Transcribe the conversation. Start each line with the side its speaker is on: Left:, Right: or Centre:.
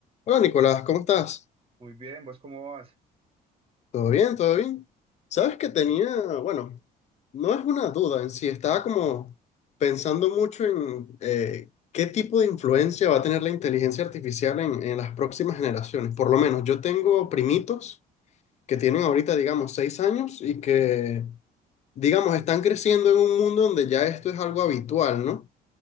Left: Hola Nicolás, ¿cómo estás?
Right: Muy bien, ¿vos cómo vas?
Left: ¿Todo bien? ¿Todo bien? Sabes que tenía, bueno, no es una duda en sí, estaba como pensando mucho en eh, qué tipo de influencia va a tener la inteligencia artificial en, en las próximas generaciones. Por lo menos yo tengo primitos que tienen ahorita, digamos, seis años y que, digamos, están creciendo en un mundo donde ya esto es algo habitual, ¿no?